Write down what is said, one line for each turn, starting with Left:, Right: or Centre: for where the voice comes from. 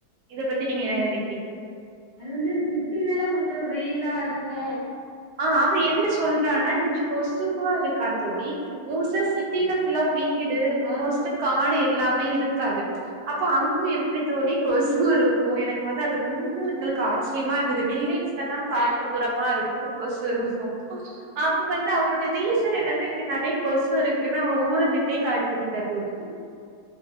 Right: இத பத்தி நீங்க என்ன நெனக்கிறீங்க?
Left: அது வந்து சிட்டி னால கொஞ்சொ வெயிலாருக்கு
Right: ஆ அவ என்ன சொல்றானா இங்க கொசுவா இருக்கா தோழி மோஸ்ட்டா சிட்டில ஃபுல்லா வீடு மோஸ்ட்டா காடு எல்லாமே இருக்காது அப்ப அங்க எப்டி தோழி கொசு இருக்கு எனக்கு வந்து அது ரொம்ப எங்களுக்கு ஆச்சரியமா இருந்தது வில்லேஜ் லதா காட்டுப்புறமா
Left: நை
Right: இருக்கு சு இருக்கு அவ வந்து அவளோட ரீசன் என்னனா இங்க நெறைய கொசு இருக்குன்னு அவ ஊர விட்டே காலி பண்ணிட்டா தோழி